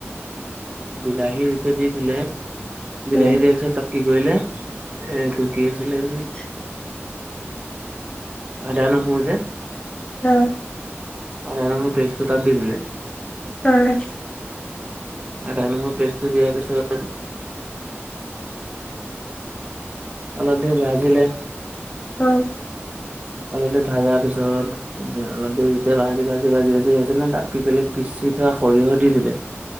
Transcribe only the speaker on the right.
বিলাহীটো ত' দি দিলে বিলাহী
দিয়াৰ পিছত তাত কি কৰিলে এইটো কি আছিলে আদা নহৰু যে
আদা নহৰু পেষ্টটো তাত দি দিলে
আদা নহৰু পেষ্টটো দিয়াৰ পিছত অলপ দেৰি ভাজিলে
অলপ দেৰি ভাজা পিছত উম অলপ দেৰি যেতিয়া ভাজি ভাজি ভাজি ভাজি হৈছে ন তাত কি কৰিলে পিচি থোৱা সৰিয়হ দি দিলে